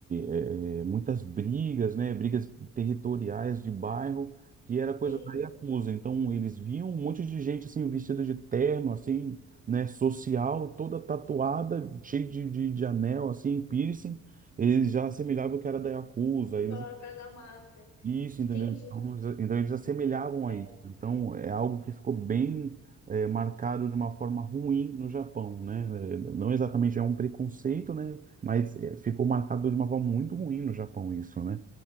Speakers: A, on the right; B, on the left.
A: é, é, muitas brigas, né? Brigas territoriais de bairro que era coisa
B: Sim,
A: da Yakuza. Então, eles viam um monte de gente, assim, vestida de terno, assim, né, social, toda tatuada, cheia de, de, de anel, assim, piercing. Eles já assemelhavam que era da Yakuza. Eles
B: coloca da máfia.
A: isso,
B: Entendi.
A: entendeu? Então, eles- então eles assemelhavam
B: É,
A: a isso. Então é algo que ficou bem eh, marcado de uma forma ruim no Japão, né? Eh, Não exatamente é um preconceito, né? Mas eh, ficou marcado de uma forma muito ruim no Japão isso, né?